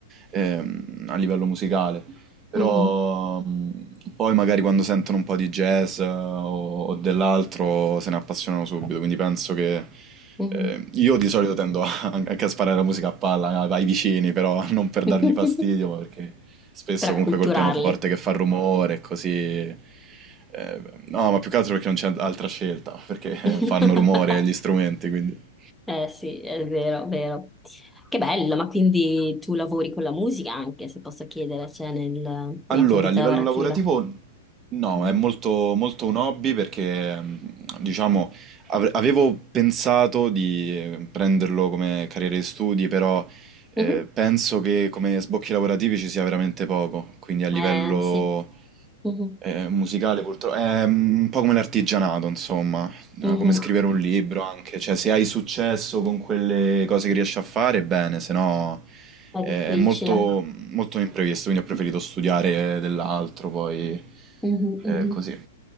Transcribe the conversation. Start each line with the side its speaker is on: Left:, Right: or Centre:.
Right: ehm, a livello musicale. Però
Centre: mhm,
Right: mh, poi magari quando sentono un po' di jazz eh, o, o dell'altro se ne appassionano subito, quindi penso che
Centre: mhm.
Right: eh, io di solito tendo a- anche a sparare la musica a palla ai vicini, però <laughs> non per
Centre: <laughs>
Right: dargli fastidio, ma perché spesso
Centre: Per acculturarli.
Right: comunque col pianoforte che fa rumore e così... eh, no, ma più che altro perché non c'è altra scelta, perché
Centre: <laughs>
Right: <laughs> fanno rumore gli strumenti, quindi...
Centre: Eh sì, è vero, vero. Che bello, ma quindi tu lavori con la musica anche, se posso chiedere, cioè nel-
Right: Allora,
Centre: nella tua vita
Right: a livello
Centre: lavorativa.
Right: lavorativo no,
Centre: Mhm.
Right: è molto, molto un hobby perché, mm, diciamo, av- avevo pensato di eh, prenderlo come carriera di studi, però eh,
Centre: Mhm.
Right: penso che come sbocchi lavorativi ci sia veramente poco, quindi a livello
Centre: Eh sì, Mhm.
Right: eh, musicale purtroppo è mm, un po' come l'artigianato, insomma, eh,
Centre: Mhm.
Right: come scrivere un libro anche, cioè se hai successo con quelle cose che riesci a fare, bene, se no
Centre: È
Right: eh,
Centre: difficile.
Right: è molto, molto imprevisto, quindi ho preferito studiare dell'altro poi
Centre: Mhm,
Right: eh,
Centre: mhm.
Right: così.